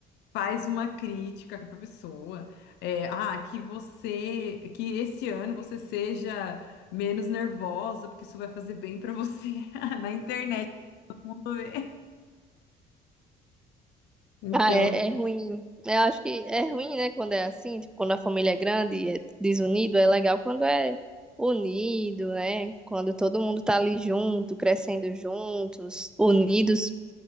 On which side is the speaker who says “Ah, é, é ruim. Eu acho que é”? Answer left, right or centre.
Centre